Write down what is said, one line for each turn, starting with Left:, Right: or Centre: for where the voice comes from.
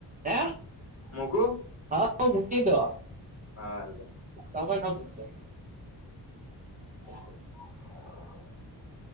Right: હે
Left: મૂકું
Right: હા હ મૂકી દો
Left: હા
Right: તમે ના મુકશો.
Left: <unintelligible>